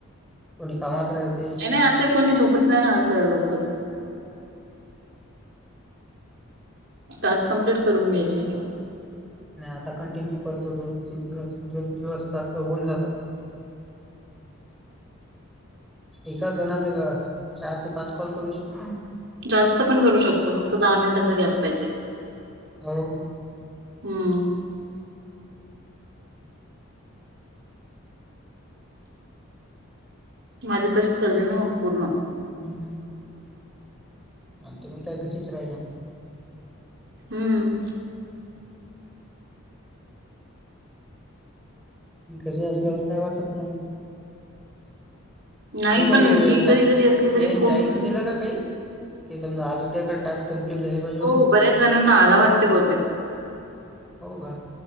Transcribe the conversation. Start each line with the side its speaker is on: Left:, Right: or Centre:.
Centre: कोणी कामात राहते
Right: नाही नाही असं कोणी झोपत नाही ना असं लवकर टास्क कंप्लीट करून घ्यायचे.
Centre: नाही आता कंटिन्यू करतो दोन तीन दिवस दोन दिवसात होऊन जातात. एका जणाला चार ते पाच कॉल करू शकतो ना?
Right: जास्त पण करू शकतो फक्त दहा मिनिटाचा गॅप पाहिजे.
Centre: हो
Right: हम्म माझे तसे चाले ना पूर्ण
Centre: हम्म आन् तुम्ही काय घचीच राहीला
Right: हम्म
Centre: घरी असल्यावर काही वाटत नाही.
Right: नाही
Centre: हे काय
Right: पण मी घरी
Centre: टा
Right: घरी असली तरी
Centre: यान
Right: फोन
Centre: टाईम दिला का काही की समजा आज उद्या का टास्क कंम्प्लिट झाले पाहिजे. म्हणून
Right: हो बऱ्याच जणांना आला वाटत बहुतेक
Centre: हो का